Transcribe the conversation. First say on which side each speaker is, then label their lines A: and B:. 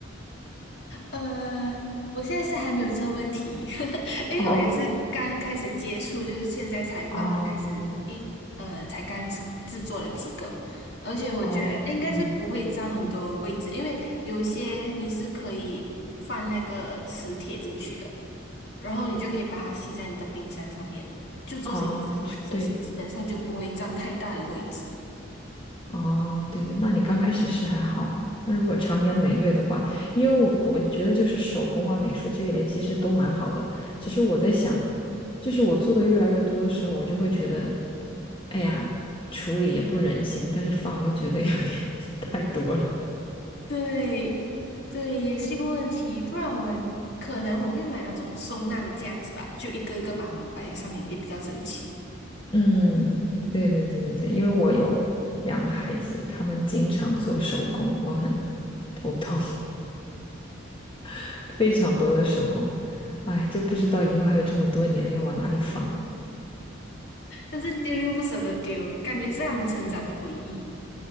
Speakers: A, on the left; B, on the left.
A: 呃，我现在是还没有这个问题，<laughs> 因为我也是刚开始接触，
B: 哦
A: 就是现在才慢慢开始一呃，
B: 哦
A: 才刚制作了几个，而且我觉得应该是不会占很多位置，
B: 哦，嗯，
A: 因为有些你是可以放那个磁铁进去的。然后你就可以把它吸在你的冰箱上面，就做成一个小摆设，
B: 哦，是对。
A: 所以基本上就不会占太大的位置。
B: 哦，对对，那你刚开始是还好啊。那如果长年累月的话，因为我我觉得就是手工啊、美术这一类其实都蛮好的，只是我在想，就是我做的越来越多的时候，我就会觉得，哎呀，处理也不忍心，但是放又觉得有点 <laughs> 太多了。
A: 对，对，也是一个问题。不然我们可能我会买那种收纳的架子吧，就一个一个把它们摆在上面，也比较整齐。
B: 嗯，
A: 嗯，
B: 对对对对对，因为我有两个孩子，他们经常做手工，我很头痛，<laughs> 非常多的手工，哎，就不知道以后还有这么多年要往哪里放。
A: 但是丢又不舍得丢，感觉是他们成长的回忆，